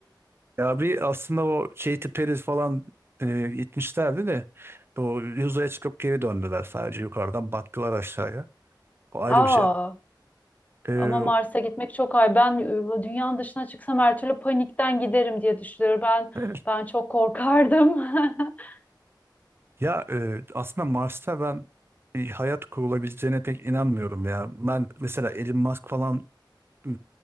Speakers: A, on the right (about 30°); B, on the left (about 20°).
A: Ya bir aslında o Katy Perry falan e, gitmişlerdi de o yüzeye çıkıp geri döndüler sadece yukarıdan baktılar aşağıya. O ayrı
B: <laughs> Aa,
A: bir şey. E,
B: ama Mars'a gitmek çok ay. Ben e, dünyanın dışına çıksam her türlü panikten giderim diye düşünüyorum. Ben
A: evet.
B: ben çok korkardım. <laughs>
A: Ya e, aslında Mars'ta ben bir hayat kurulabileceğine pek inanmıyorum ya. Ben mesela Elon Musk falan e,